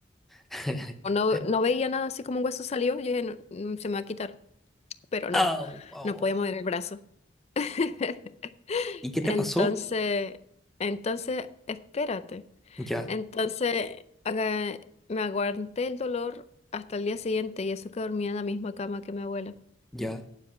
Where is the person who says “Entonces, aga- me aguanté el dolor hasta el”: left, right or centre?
Left